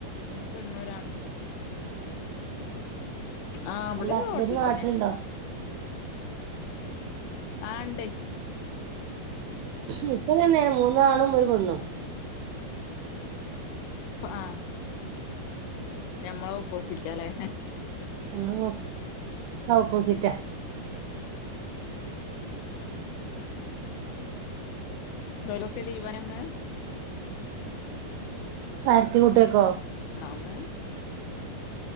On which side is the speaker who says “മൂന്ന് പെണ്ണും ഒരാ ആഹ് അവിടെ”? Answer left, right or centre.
Left